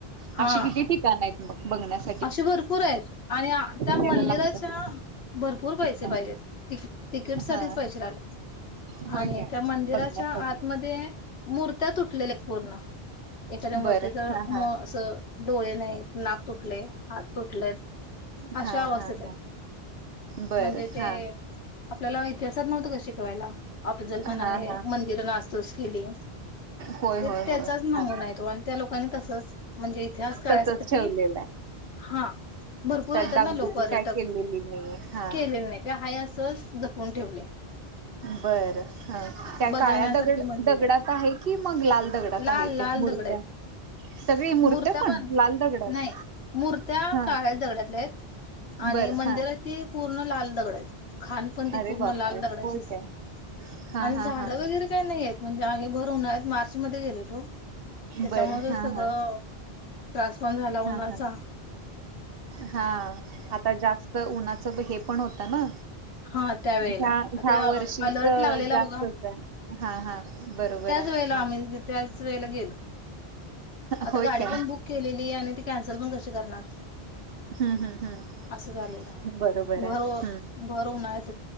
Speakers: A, on the left (about 75°); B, on the right (about 65°).
A: हा
B: अशी किती ठिकाण आहेत मग बघण्यासारखी
A: अशी भरपूर आहेत, आणि त्या मंदिराच्या
B: द्यायला लागतात
A: भरपूर पैसे
B: हा
A: पाहिजेत. त तिकीट साठीच
B: हा
A: पैसे लागले,
B: होय
A: आणि
B: काय?
A: त्या मंदिराच्या
B: बघण्यासाठी.
A: आतमध्ये मूर्त्या तुटलेल्या आहेत पूर्ण, एखाद्या
B: बरं
A: मूर्तीच असं
B: हा हा
A: डोळे नाहीत, नाक तुटलय, हात तुटलेत. अशा
B: हा
A: अवस्थेत
B: हा
A: आहेत,
B: हा बरं
A: म्हणजे ते
B: हा.
A: आपल्याला इतिहासात नव्हतं का शिकवायला. अफजलखानाने
B: हा हा
A: मंदिर नासतूस केली,
B: होय
A: ते
B: होय
A: त्याचाच
B: होय.
A: नमुना
B: हा
A: तो. त्या लोकांनी तसंच, म्हणजे इतिहास काळायसाठी
B: तसच ठेवलेलं आहे.
A: हा, भरपूर
B: त्यात
A: येतात
B: डागडुजी
A: ना लोक, पर्यटक
B: काय केलेली नाहीये. हा
A: केलेले नाही. ते हाय असच जपून ठेवलय.
B: बरं हा, काय
A: बघण्यासारखे
B: काळ्या दगड
A: मंदिर
B: दगडात
A: आहेत.
B: आहे की, मग लाल दगडात
A: लाल
B: आहे ते
A: लाल
B: मूर्त्या?
A: दगड आहेत
B: सगळी
A: मूर्त्या पण,
B: लाल दगडात
A: नाही मूर्त्या
B: हा.
A: काळ्या दगड्यातल्या आहेत. आणि
B: बरं
A: मंदिरात
B: हा.
A: ती पूर्ण लाल दगड आहेत, खानपण ती
B: अरे
A: पूर्ण
B: बापरे!
A: लाल दगडाचीच
B: होय काय?
A: आहे.
B: हा
A: आणि
B: हा
A: झाडं
B: हा हा
A: वगैरे काय नाही आहेत, म्हणजे आम्ही भर उन्हाळ्यात मार्च मध्ये गेलेलो. त्याच्यामध्ये
B: बरं हा
A: सगळं
B: हा
A: त्रास पन झाला
B: हा
A: उ्हाचा.
B: हा. हा आता जास्त उन्हाचं हे पण होतं ना.
A: हा त्यावेेळेला
B: ह्य ह्य
A: ते
B: वर्षीच
A: अलर्ट लागलेला
B: जास्तच
A: बघा
B: आहे हा हा. बरोबर
A: त्याच
B: आहे
A: वेळेला
B: हा
A: आम्ही त्याच वेळेला गेलो. आता
B: होय
A: गाडी
B: काय
A: पण बुक केलेली आणि ती कॅन्सल पण कशी करणार.
B: हम्म हम्म हम्
A: असं झालेलं
B: बरोबर
A: भर
B: आहे हम्म.
A: भर होनच